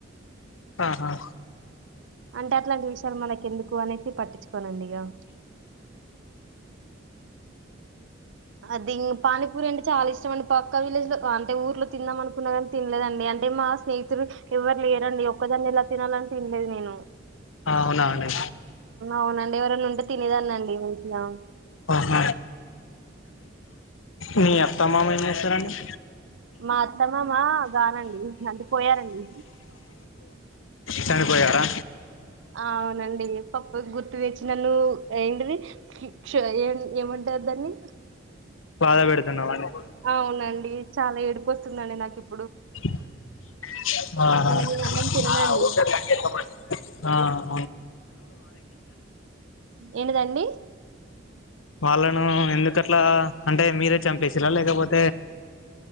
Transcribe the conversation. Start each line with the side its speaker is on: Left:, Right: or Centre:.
Left: ఆహా
Right: అంటే అట్లాంటి విషయాలు మనకి ఎందుకు అనేసి పట్టించుకోనండి ఇగ. అదీ పానిపురి అంటే చాలా ఇష్టం అండి పక్క విలేజ్ లో అంటే ఊర్లో తిందామనుకున్న గానీ తినలేదండి అందు కే మాస్ స్నేహితులు ఎవర్లేరండి ఒక్కదాన్నెలా తినాలని తినలేదు నేను.
Left: అవునా అండి,
Right: అవునండి ఎవరన్నా ఉంటే తినేదాన్నండి మంచిగా.
Left: ఆహా మీ అత్తమామ ఏం చేస్తారంండి
Right: మా అత్త మామ గాదండి అంత పోయారండి
Left: చనిపోయార
Right: అవునండి పప్పు గుర్ ర్తుచ్చి నన్ను ఏంటిదిి కిచ్ ఏమంట ద్దాన్ని
Left: బాధ పెడుతున్నామండి
Right: అవునండి చాల ఏడ్పు వస్త స్తుందండి నా కిప్
Left: ఆహ
Right: ఇంక నేను
Left: <inaudible>
Right: అన్నం తిననండి ఏంటి దండి
Left: వాళ్ళను ఎందుకట్లా అంటే మీరే చంపేసిరా లేకపోతే